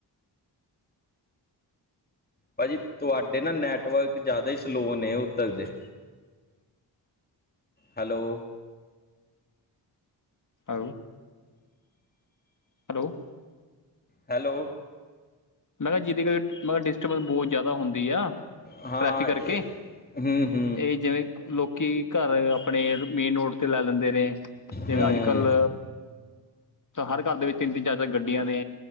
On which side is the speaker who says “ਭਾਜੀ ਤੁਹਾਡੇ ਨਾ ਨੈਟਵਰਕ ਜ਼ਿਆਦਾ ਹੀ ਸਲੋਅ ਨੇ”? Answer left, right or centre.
Left